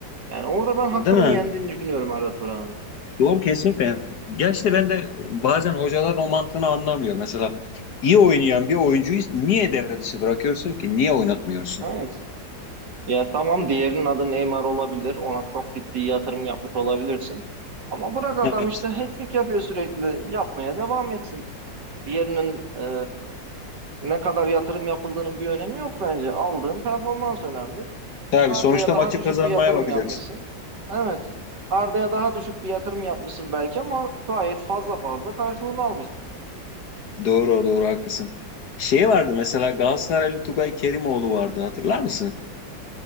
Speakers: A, on the right; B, on the left.
A: Yani orada ben hakkının
B: Değil mi?
A: yendiğini düşünüyorum Arda Turan'ın.
B: Doğru kesinlikle. Ya işte ben de bazen hocaların o mantığını anlamıyor. Mesela iyi oynayan bir oyuncuyu niye devre dışı bırakıyorsun ki? Niye oynatmıyorsun?
A: Evet. Ya tamam diğerinin adı Neymar olabilir. Ona çok ciddi yatırım yapmış olabilirsin. Ama bırak adam
B: Evet.
A: işte hat-trick yapıyor sürekli. Yapmaya devam etsin. Diğerinin e, ne kadar yatırım yapıldığının bir önemi yok bence. Aldığın performans önemli.
B: Tabii
A: Arda'ya
B: sonuçta
A: daha
B: maçı
A: düşük
B: kazanmaya
A: bir yatırım
B: bakacaksın.
A: yapmışsın. Evet. Arda'ya daha düşük bir yatırım yapmışsın belki ama gayet fazla fazla karşılığını almışsın.
B: Doğru doğru haklısın. Şey vardı mesela Galatasaraylı Tugay Kerimoğlu vardı hatırlar mısın?